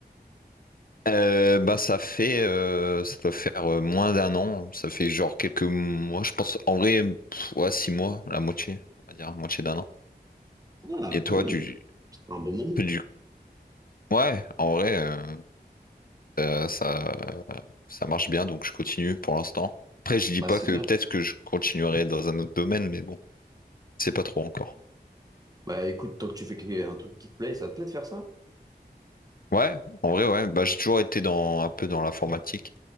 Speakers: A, on the left (about 60°); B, on the right (about 20°).
A: Euh, bah ça fait euh, ça doit faire euh, moins d'un an, ça fait genre quelques mois, je pense en vrai pff, ouais, six mois, la moitié, on va dire, la moitié d'un an.
B: Ah,
A: Et toi
B: quand même.
A: tu,
B: Un bon moment.
A: du ouais, en vrai euh, euh, ça ça marche bien donc je continue pour l'instant. Après je dis
B: Bah,
A: pas
B: c'est
A: que
B: bien.
A: peut-être que je continuerai dans un autre domaine mais bon, c'est pas trop encore.
B: Bah, écoute, tant que tu fais quelque- un truc qui te plaît, ça te plaît de faire ça?
A: Ouais, en vrai, ouais. Bah, j'ai toujours été dans un peu dans l'informatique,